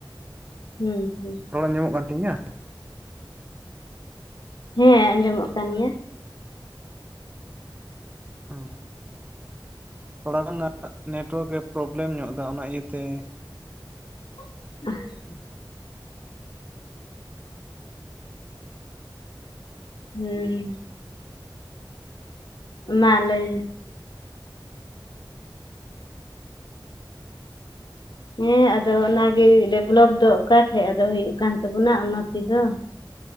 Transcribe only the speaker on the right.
ᱨᱟᱲ ᱟᱡᱚᱢᱚᱜ ᱠᱟᱱ ᱛᱤᱧᱟ?
ᱚᱸ᱾ ᱛᱷᱚᱲᱟ ᱜᱟᱱ ᱱᱮᱴᱚᱣᱟᱨᱠ ᱮ ᱯᱨᱚᱵᱞᱮᱢ ᱧᱚᱜ ᱮᱫᱟ ᱚᱱᱟ ᱤᱭᱟᱹ ᱛᱮ